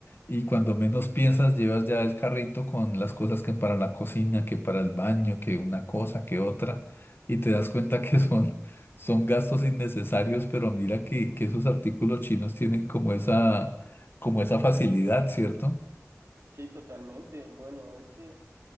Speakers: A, on the left; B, on the right.
A: Y cuando menos piensas, llevas ya el carrito con las cosas que para la cocina, que para el baño, que una cosa, que otra, y te das cuenta que <laughs> son, son gastos innecesarios, pero mira que, que esos artículos chinos tienen como esa, como esa facilidad, ¿cierto?
B: Sí, totalmente. Bueno, es que